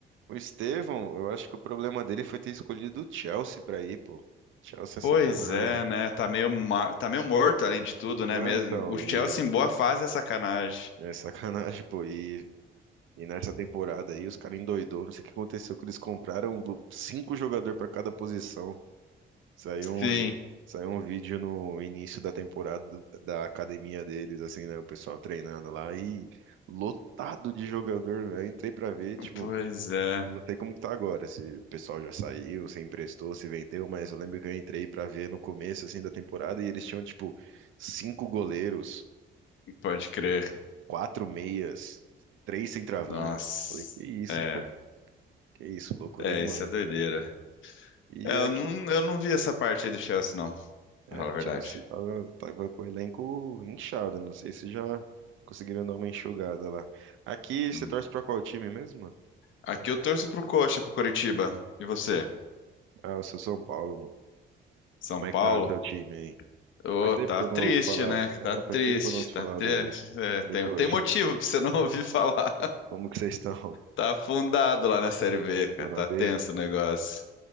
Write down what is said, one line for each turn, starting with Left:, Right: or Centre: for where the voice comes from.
Right: o Estevão, eu acho que o problema dele foi ter escolhido o Chelsea pra ir, pô. Chelsea é
Left: Pois
Right: sacanagem.
Left: é, né? Tá meio, ma- tá meio morto, além de tudo,
Right: Ah,
Left: né? Mesmo.
Right: então,
Left: O Chelsea
Right: e
Left: em boa fase é sacanagem.
Right: é, é sacanagem, pô. E, e nessa temporada aí, os caras endoidou, não sei o que aconteceu, que eles compraram um, cinco jogadores pra cada posição. Saiu um,
Left: Sim,
Right: vi- saiu um vídeo no início da temporada da academia deles, assim, né? O pessoal treinando lá e lotado de jogador, né? Entrei pra ver, tipo,
Left: pois é,
Right: não sei como que tá agora, se o pessoal já saiu, se emprestou, se vendeu, mas eu lembro que eu entrei pra ver no começo, assim, da temporada e eles tinham, tipo, cinco goleiros.
Left: pode crer.
Right: quatro meias, três centroavantes.
Left: Nossa,
Right: Falei, que isso,
Left: é,
Right: pô, que isso, loucura
Left: é,
Right: demais.
Left: isso é doideira.
Right: E
Left: É, eu
Right: aqui,
Left: não, eu não vi essa parte aí do Chelsea, não,
Right: é,
Left: pra falar
Right: a
Left: a verdade.
Right: Chelsea tava, tava com o elenco inchado, não sei se já conseguiram dar uma enxugada lá. Aqui,
Left: Uhum.
Right: você torce pra qual time mesmo, mano?
Left: Aqui eu torço pro Coxa, pro Coritiba. E você?
Right: Ah, eu sou São Paulo, mano.
Left: São
Right: Como
Left: Paulo?
Right: é que tá seu time aí?
Left: Ô,
Right: Faz tempo
Left: tá
Right: que eu
Left: triste,
Right: não ouço falar,
Left: né?
Right: é,
Left: Tá triste,
Right: faz tempo que eu não ouço
Left: tá
Right: falar
Left: triste.
Right: do,
Left: É,
Right: do
Left: tem,
Right: coach.
Left: tem motivo pra você não <laughs> ouvir falar.
Right: Como que vocês estão?
Left: Tá afundado lá na Série B, cara.
Right: Estão <laughs> na
Left: Tá
Right: B?
Left: tenso o negócio.